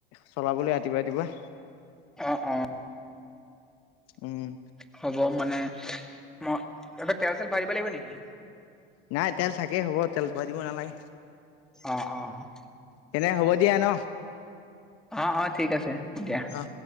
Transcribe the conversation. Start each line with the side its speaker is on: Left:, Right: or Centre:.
Left: চলাবলৈ ৰাতিপুৱা ৰাতিুৱা।
Centre: অ', অ'।
Left: উম।
Centre: হ'ব মানে ম, এইবিলাক তেল চেল বঢ়াই লাগিব নেকি?
Left: নাই তেল থাকেই হ'ব, তেল বঢ়াই দিব নালাগে।
Centre: অ', অ'।
Left: তেনে হ'ব দিয়া ন
Centre: অ', অ' ঠিক আছে দিয়া।
Left: অ